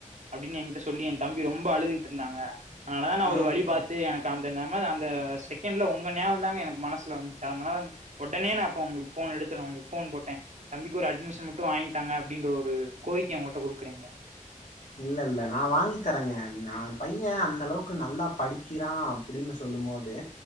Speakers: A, on the right; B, on the left.
A: அப்டின்னு என்கிட்ட சொல்லி என் தம்பி ரொம்ப அழுதுகுட்டு இருந்தாங்க அதனாலதா நா
B: ம்
A: ஒரு வழி பாத்து எனக்கு அந்த நம் அந்த செகண்ட்ல உங்க நேரோந்தாங்க எனக்கு மனசுல வந்து அதுனாலதாங் ஒடனே நா அப்ப உங்களுக்கு போன் எடுத்தனு போன் போட்டே தம்பிக்கு ஒரு அட்மிஷன் மட்டும் வாங்கிதாங்க அப்டின்ற ஒரு கோரிக்கைய ஒங்கட்ட குடுக்குறே
B: இல்ல இல்ல நா வாங்கி தரேங்க நா பையெ அந்த அளவுக்கு நல்லா படிக்கிறான் அப்டின்னு சொல் சொல்லும் போது